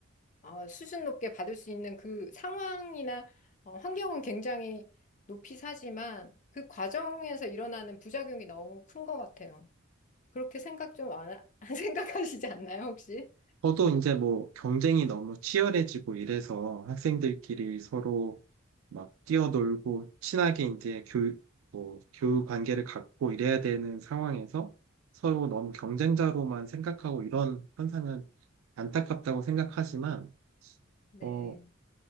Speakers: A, on the left; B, on the right.
A: 어, 수준 높게 받을 수 있는 그 상황이나 어, 환경은 굉장히 높이 사지만 그 과정에서 일어나는 부작용이 너무 큰 것 같아요. 그렇게 생각 좀 안, 하- <laughs> 생각하시지 않나요, 혹시?
B: 저도 이제 뭐 경쟁이 너무 치열해지고 이래서 학생들끼리 서로 막 뛰어놀고 친하게 이제 교육, 뭐 교육 관계를 갖고 이래야 되는 상황에서 서로 너무 경쟁자로만 생각하고 이런 현상은 안타깝다고 생각하지만,
A: 네,
B: 어,